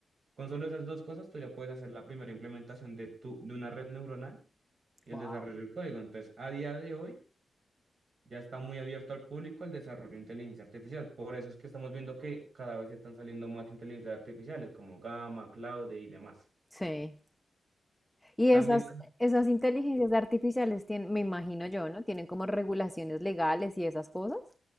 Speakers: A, on the right (about 45°); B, in the centre.
A: Con solo esas dos cosas, tú ya puedes hacer la primera implementación de, tu, de una red neuronal y el
B: Wow.
A: desarrollo del código. Entonces, a día de hoy, ya está muy abierto al público el desarrollo de inteligencia artificial. Por eso es que estamos viendo que cada vez están saliendo más inteligencias artificiales como Gamma, Claude y demás.
B: Sí. Y
A: También,
B: esas, esas inteligencias artificiales tienen, me imagino yo, ¿no? Tienen como regulaciones legales y esas cosas.